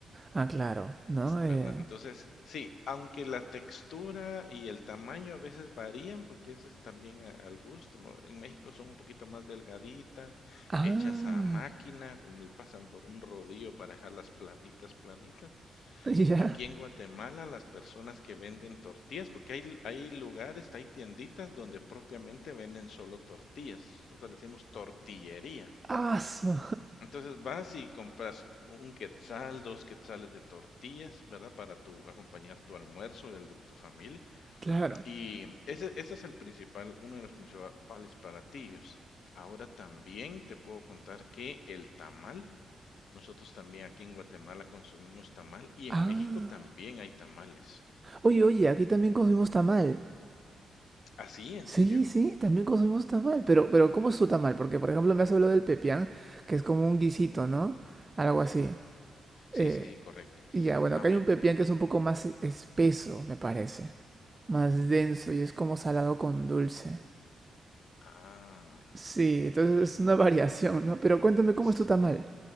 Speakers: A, on the right; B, on the left.
A: Ah, claro, ¿no?
B: ¿verdad?
A: Eh...
B: Entonces, sí, aunque la textura y el tamaño a veces varían, porque eso es también a- al gusto, en México son un poquito más delgaditas,
A: Ah,
B: hechas a máquina, como le pasan por un rodillo para dejarlas planitas, planitas.
A: <laughs>
B: Aquí
A: ya.
B: en Guatemala, las personas que venden tortillas, porque hay, hay lugares, hay tienditas donde propiamente venden solo tortillas, nosotros le decimos tortillería.
A: Ah, su-
B: Entonces vas y compras un quetzal, dos quetzales de tortillas, ¿verdad? Para tu, acompañar tu almuerzo y el de tu familia.
A: <laughs> claro.
B: Y ese, ese es el principal, uno de los principales platillos. Ahora también te puedo contar que el tamal, nosotros también aquí en Guatemala consumimos tamal y en
A: Ah.
B: México también hay tamales.
A: Oye, oye, aquí también consumimos tamal.
B: ¿Ah, sí? ¿En
A: Sí,
B: serio?
A: sí, también consumimos tamal. Pero, pero, ¿cómo es su tamal? Porque, por ejemplo, me has hablado del pepián, que es como un guisito, ¿no? Algo
B: Sí,
A: así.
B: sí,
A: Eh,
B: sí, sí, correcto.
A: y ya, bueno,
B: Ah,
A: acá
B: bueno.
A: hay un pepián que es un poco más espeso, me parece. Más denso y es como salado con dulce.
B: Ah,
A: Sí, entonces
B: ok.
A: es una <laughs> variación, ¿no? Pero cuéntame cómo
B: Sí,
A: es tu tamal.